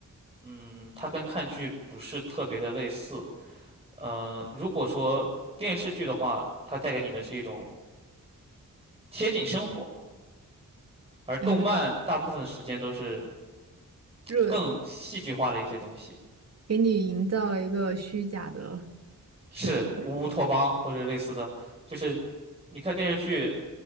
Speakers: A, on the right; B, on the right.
A: 嗯，它跟看剧不是特别的类似。呃，如果说电视剧的话，它带给你的是一种贴近生活，而动漫大部分的时间都是
B: 哎呀，热，
A: 更戏剧化的一些东西，
B: 给你营造了一个虚假的
A: 是乌托邦或者类似的，
B: 世界
A: 就是你看电视剧。